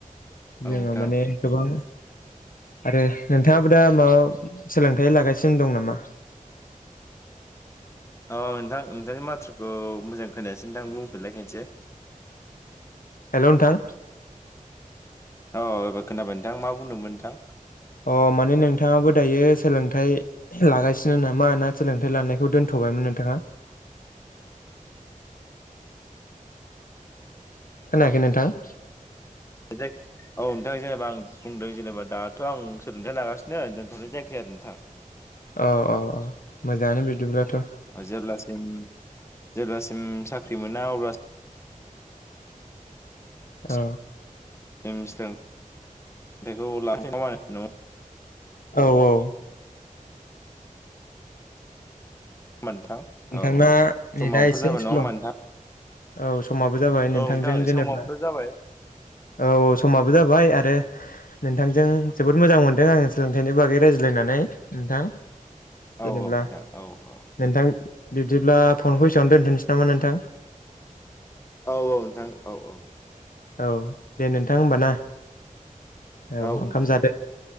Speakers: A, on the left (about 20°); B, on the left (about 75°).
A: औ
B: जोङो
A: नोंथां
B: माने
A: औ
B: गोबां आरो नोंथाङाबो दा माबा सोलोंथाइ लागासिनो दं नामा?
A: औ नोंथां नोंथांनि माथ्राखौ मोजां खोनायासो नोंथां बुंफिनलाय खानसे।
B: हेल' नोंथां
A: औ एबार खोनाबाय नोंथां मा बुंदोंमोन नोंथां?
B: अ माने नोंथाङाबो दायो सोलोंथाइ लागासिनो ना मा ना सोलोंथाइ लानायखौ दोन्थ'बायमोन नोंथाङा? खोनायाखै नोंथां?
A: <inaudible> औ नोंथां जेनेबा आं बुंदों जेनेबा दाथ' आं सोलोंथाइ लागासिनो दोनथ'नाय जायाखै आरो नोंथां
B: औ औ औ मोजाङानो बिदिब्लाथ'
A: जेब्लासिम जेब्लासिम साख्रि मोना अब्ला अब्लासिम
B: अ
A: <unintelligible>
B: औ औ
A: नोंथां
B: नोंथांना
A: औ नोंथां समाबोथ'
B: नेथा दा एसे
A: जाबाय
B: स्ल'।
A: नङा होमबा नोंथां
B: औ समाबो जाबाय नोंथांजों
A: औ नोंथां
B: जेनेबा
A: समाबोथ' जाबाय
B: औ औ समाबो जाबाय आरो नोंथांजों जोबोद मोजां मोनदों आं सोलोंथाइनि बागै रायज्लायनानै नोंथां। जेनेब्ला
A: औ औ दां औ औ।
B: नोंथां बिदिब्ला फनखौ एसेनो दोनथ'सै नामा नोंथां।
A: औ-औ नोंथां औ-औ।
B: औ दे नोंथां होमबा ना औ
A: नोंथां
B: ओंखाम जादो।
A: औ